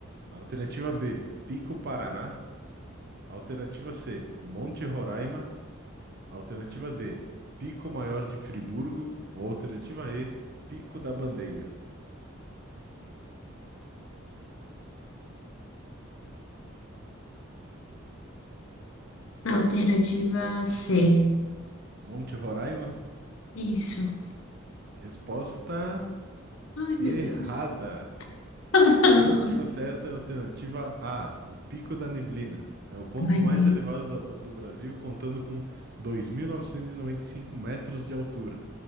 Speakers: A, on the right; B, on the left.
A: Alternativa B, Pico Paraná. Alternativa C, Monte Roraima. Alternativa D, Pico Maior de Friburgo. Ou alternativa E, Pico da Bandeira.
B: alternativa C.
A: Monte Roraima?
B: Isso.
A: Resposta
B: Ai,
A: errada.
B: meu Deus. <laughs>
A: A alternativa certa é a alternativa A, o Pico da Neblina. É o ponto
B: Ai,
A: mais
B: meu.
A: elevado da- do Brasil, contando com dois mil novecentos e e noventa e cinco metros de altura.